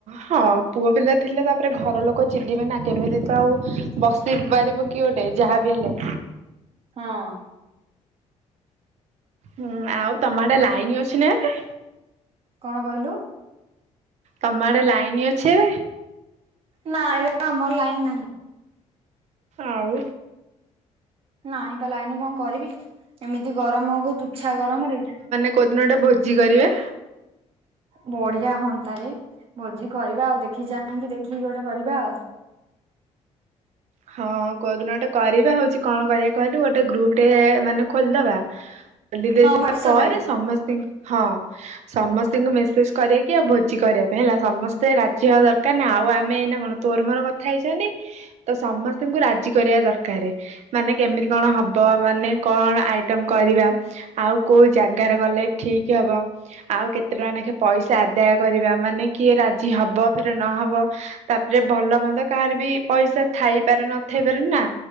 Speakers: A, on the right; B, on the right.
A: ହଁ ପୁଅ ପିଲା ଥିଲେ ତାପରେ ଘର ଲୋକ ଚିଡିବେ ନା। କେମିତିତ ଆଉ ବସ୍ ପାରିବୁ କି ଗୋଟେ ଯାହା ବି ହେଲେ।
B: ହଁଅଁ
A: ହୁଁ ଆଉ ତମ ‌ଆଡେ ଲାଇନ ଅଛି ନାଏବେ।
B: କଣ କହିଲୁ?
A: ତମ ଆଡେ ଲାଇନ ଅଛି ଏବେ?
B: ନାଇଲୋ ଆମର ଲାଇନ ନାହିଁ।
A: ଆଉ
B: ନାହିଁ ପା ଲାଇନ କଣ କରିବି? ଏମିତି ଗରମ ତୁଚ୍ଛା ଗରମରେ।
A: କୋଉଦିନଗୋଟେ ଭୋଜି କରିବା।
B: ବଢିଆ ହୁଅନ୍ତାରେ ଭୋଜି କରିବା ଆଉ। ଦେଖି ଚାହିଁକି ଦେଖିକି ଗୋଟେ କରିବା ଆଉ।
A: ହଁ କୋଉଦିନ ଗୋଟେ କରିବା ହଉଛି କଣ କରିବା କହିଲୁ ଗୋଟେ ଗ୍ରୁପଟେ ମାନେ ଖୋଲିଦବା। ଖୋଲି ଦେଇ
B: ହଁ
A: ସାରିଲା
B: ହ୍ୱାଟ୍ସଆପ
A: ପରେ
B: ରେ
A: ସମସ୍ତିଙ୍କୁ ହଁ ସମସ୍ତିଙ୍କୁ ମେସେଜ କରେଇକି ଆଉ ଭୋଜି କରିବା ପାଇଁ ହେଲା। ସମସ୍ତେ ରାଜିହବା ଦରକାର ନା ଆଉ ଆମେ ଏଇନା କଣ ତୋର ମୋର କଥା ହେଇଛନ୍ତି ତ ସମସ୍ତଙ୍କୁ ରାଜି କରିବା ଦରକାରେ। ମାନେ କେମିତି କଣ ହବ ମାନେ କଣ ଆଇଟମ କରିବା? ଆଉ କୋଉ ଜାଗାରେ କଲେ ଠିକ୍ ହବ। ଆଉ କେତେ ଟଙ୍କା ନାଖେ ପଇସା ଆଦାୟ କରିବା ମାନେ କିଏ ରାଜି ହବ ଫେରେ ନହବ। ତାପରେ ଭଲ ମନ୍ଦ କାହାର ବି ପଇସା ଥାଇପାରେ ନଥାଇପାରେ ନା